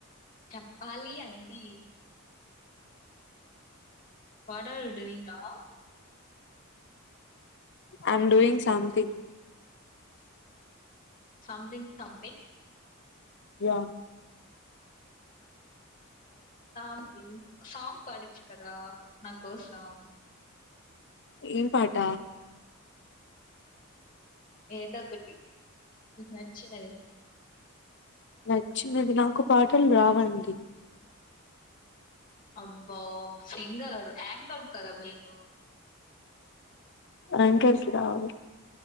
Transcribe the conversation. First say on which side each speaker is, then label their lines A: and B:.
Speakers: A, on the left; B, on the left.
A: చెప్పాలి అండి what are you doing now
B: I am doing something
A: something something
B: yeah
A: సాం పింగ్ సాంగ్ పాడోచ్చు కదా నా కోసం
B: ఏం పాట
A: ఏదో ఒకటి నచ్చినది
B: నచ్చినది నాకు పాటలు రావండి
A: అబ్బా సింగర్ యాంకర్ కదా మీరు
B: యాంకర్స్ కి రావు